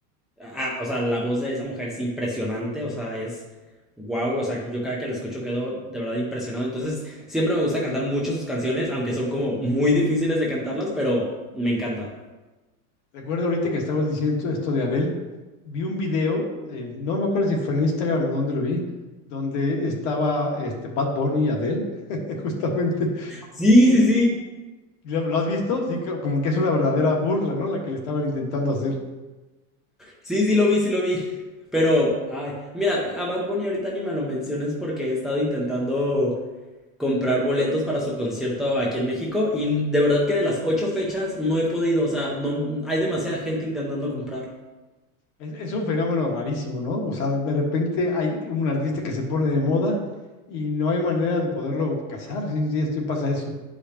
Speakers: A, in the centre; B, on the left.
A: ah, o sea, la voz de esa mujer es impresionante, o sea, es wow, o sea, yo cada que la escucho quedo de verdad impresionado. Entonces, siempre me gusta cantar mucho sus canciones, aunque son como muy difíciles de cantarlas, pero me encanta.
B: Recuerdo ahorita que estabas diciendo esto de Adele, vi un video, eh, no me acuerdo si fue en Instagram o dónde lo vi, donde estaba este, Bad Bunny y Adele, <laughs> justamente.
A: Sí,
B: Y
A: sí, sí.
B: ¿Lo, lo has visto? Sí, co- como que es una verdadera burla, ¿no? La que le estaban intentando hacer.
A: Sí, sí lo vi, sí lo vi. Pero, ay, mira, a Bad Bunny ahorita ni me lo menciones porque he estado intentando comprar boletos para su concierto aquí en México y de verdad que de las ocho fechas no he podido, o sea, no hay demasiada gente intentando comprar.
B: Es, es un fenómeno rarísimo, ¿no? O sea, de repente hay un artista que se pone de moda y no hay manera de poderlo casar. Sí, sí, sí pasa eso.